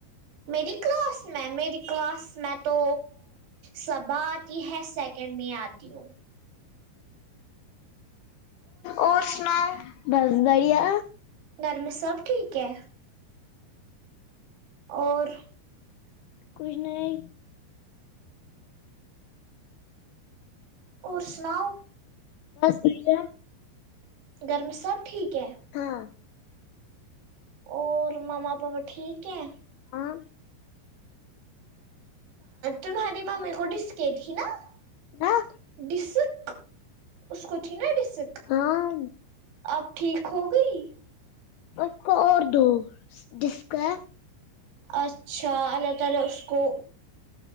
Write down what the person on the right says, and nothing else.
میری کلاس میں میری کلاس میں تو صبا آتی ہے سیکنڈ میں آتی ہوں
گھر میں سب ٹھیک ہے اور
اور سناؤ
گھر میں سب ٹھیک ہے
اور ماما پاپا ٹھیک ہیں
تمہاری ممی کو ڈسک تھی نا کیا
ڈسک اس کو تھی نا ڈسک
اب ٹھیک ہو گئی
اچھا اللہ تعالی اس کو